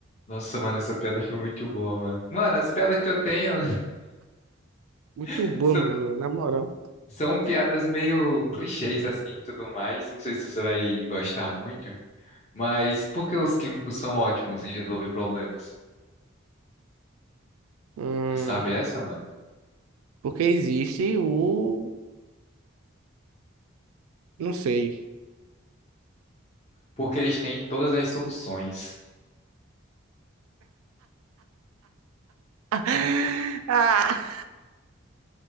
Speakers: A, on the left; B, on the right.
A: Nossa, mano, essa piada foi muito boa, mano. Mano, as piadas que eu tenho
B: Muito
A: <laughs>
B: boa,
A: são,
B: mano, na moral.
A: são piadas meio clichês, assim, e tudo mais. Não sei se você vai gostar muito, mas por que os químicos são ótimos em resolver problemas?
B: Hum,
A: Você sabe essa, mano?
B: porque existe o. Não sei.
A: Porque eles têm todas as soluções.
B: <laughs> Ah,